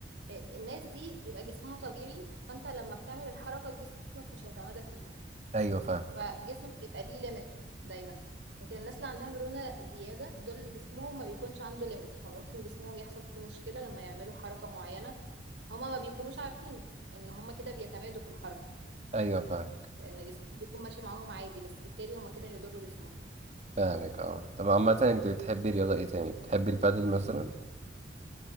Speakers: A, on the right (about 80°); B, on the right (about 40°).
A: آه، الناس دي بيبقى جسمها طبيعي فانت لما بتعمل الحركه جسمك مش هيتمادى فيها
B: أيوه فاهمك
A: فجسمك بيبقى ليه ليميت دايما لكن الناس اللي عندها مرونه زياده دول جسمهم ما بيكونش عنده ليميت فممكن جسمهم يحصل فيه مشكله لما يعملوا حركه معينه هما ما بيكونوش عارفين ان هما كده بيتمادوا في الحركه
B: أيوه فاهمك
A: لان جسمهم بيكون ماشي معاهم عادي بس بالتالي هما كده هيضروا جسمهم
B: فاهمك أه طب عامة أنت بتحبي رياضة إيه تاني؟ بتحبي البادل مثلا؟